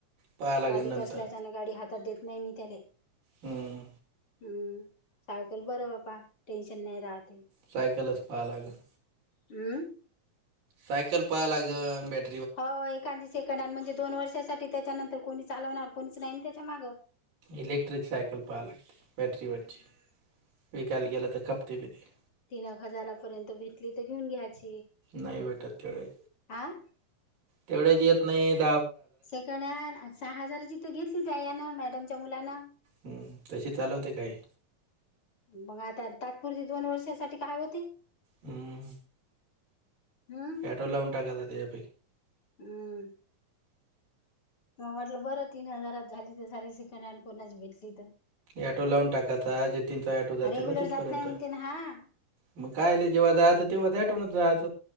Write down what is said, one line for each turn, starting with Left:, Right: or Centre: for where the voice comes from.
Right: पाहा लागेल
Left: बारीक
Right: नंतर
Left: असल्याच्याने गाडी हातात देत नाही मी त्याले
Right: हम्म.
Left: हम् सायकल बरं बापा टेन्शन नाही राहते.
Right: साकलच पाहा लागल.
Left: हम्म?
Right: सायकल पाहा लागल भेट
Left: होय एखादी सेकंड हॅड म्हणजे दोन वर्षासाठी त्याच्यानंतर कोणी चालवणार कोणीच नाही ना त्याच्या माग.
Right: इलेक्ट्रिक सायकल पाहा लागते. बॅटरीवरची विकायला गेलं तर खपती बी ती.
Left: तीन एक हजारापर्यंत भेटली तर घेउन घ्यायची.
Right: नाही भेटत तेवढ्याच.
Left: आ
Right: तेवढ्याच येत नाहीत.
Left: सेकंड हँड सहा हजाराची तर घेतलीच आहे या ना मॅडमच्या मुलांना
Right: हम्म तशी चालवते काय?
Left: मग आता तात्पुरती दोन वर्षासाठी काय होते?
Right: हम्म.
Left: हम्म
Right: एटो लाऊन टाका आता तेला
Left: हम्म. मग म्हटलं बरं तीन हजारात झाली तर झाली सेकंड हँड कोणाची भेटली तर.
Right: ऑटो लावून टाकायचा जतीनचा ऑटो जाते
Left: रेग्युलर
Right: ना तिथपर्यंत.
Left: जात नाही म्हणते ना हा
Right: मग कायले जेव्हा जायाच तेव्हा दाटूनच जात.